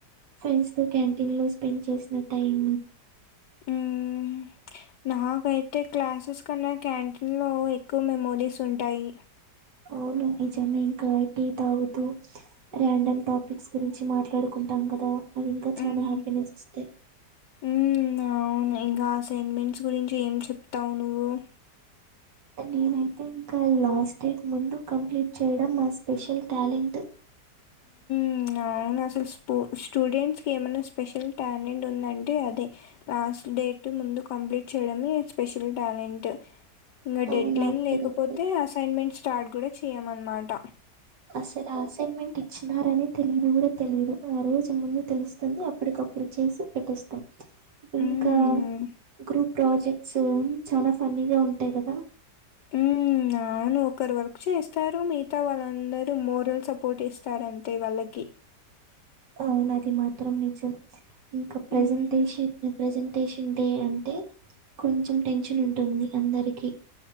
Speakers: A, on the right (about 80°); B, on the left (about 75°).
A: ఫ్రెండ్స్తో క్యాంటీన్లో స్పెండ్ చేసిన టైం
B: మ్మ్ నాకైతే క్లాసెస్ కన్నా క్యాంటీన్లో ఎక్కువ మెమోరీస్ ఉంటాయి
A: అవును నిజమే ఇంకా టీ తాగుతూ రేన్డమ్ టాపిక్స్ గురించి మాట్లాడుకు కుంటం కదా అవి ఇంకా చాలా
B: అవును
A: హ్యాపీనెస్ ఇస్తాయి
B: మ్మ్ అవున్ ఇంకా అసైన్మెంట్స్ గురించి ఏం చెప్తావు నువ్వు
A: నేనైతే ఇంకా లాస్ట్ డేకి ముందు కంప్లీట్ చేయడం మా స్పెషల్ టాలెంట్ <inaudible>
B: మ్ అవును అసలు స్పు స్టూడెంట్స్కి ఏమన్నా స్పెషల్ టాలెంట్ ఉందంటే అదే ఆ అస్సల్ డేట్ ముందు కంప్లీట్ చేయడమే స్పెషల్ టాలెంటు ఇంగ
A: అవునా
B: డెడ్ లైన్ లేకపోతే
A: కరెక్ట్
B: అసైన్మెంట్ స్టార్ట్ కూడా చేయమన్మాట.
A: అసల అసైన్మెంట్ ఇచ్చినారని తెలీను గూడా తెలీదు. ఆ రోజు ముందు తెలుస్తుంది అప్పటికప్పుడు చేసి పెట్టేస్తాం ఇంకా
B: మ్మ్.
A: గ్రూప్ ప్రాజెక్ట్స్ చాలా ఫన్నీగా ఉంటాయ్ కదా
B: మ్ అవును ఒకరు వర్క్ చేస్తారు మిగతా వాళ్ళందరు మోరల్ సపోర్ట్ ఇస్తారు అంతే వాళ్ళకి.
A: అవును అది మాత్రం నిజం ఇంకా ప్రెజెంటేషను
B: మ్మ్.
A: ప్రెజెంటేషన్డే అంటే కొంచెం టెన్షన్ ఉంటుంది అందరికి.